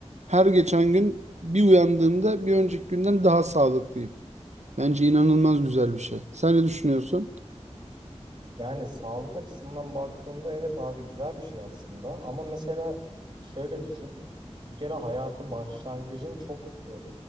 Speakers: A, on the right (about 80°); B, on the right (about 40°).
A: Her geçen gün bir uyandığımda bir önceki günden daha sağlıklıyım. Bence inanılmaz güzel bir şey. Sen ne düşünüyorsun?
B: Yani sağlık açısından baktığında evet abi güzel bir şey aslında. Ama mesela şöyle düşün. Bir kere hayatın başlangıcın çok e,